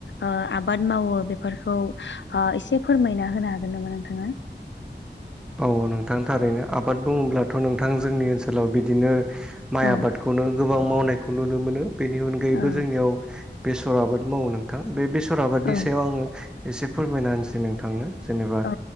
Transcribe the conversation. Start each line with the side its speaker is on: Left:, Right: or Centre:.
Left: ओ आबाद मावो बेफोरखौ ओ एसे फोरमायना होनो हागोन नामा नोंथांआ
Centre: औ नोंथां थारैनो आबाद बुङोब्लाथ' नोंथां जोंनि ओनसोलाव बिदिनो हो माइ
Left: औ
Centre: आबाद खौनो गोबां मावनायखौ नुनो मोनो बेनि अनगायैबो
Left: औ
Centre: जोंनिआव बेसर आबाद मावो नोंथां बे बेसर आबादनि
Left: औ
Centre: सायाव आं एसे फोरमायना होनोसै नोंथांनो जेनोबा
Left: औ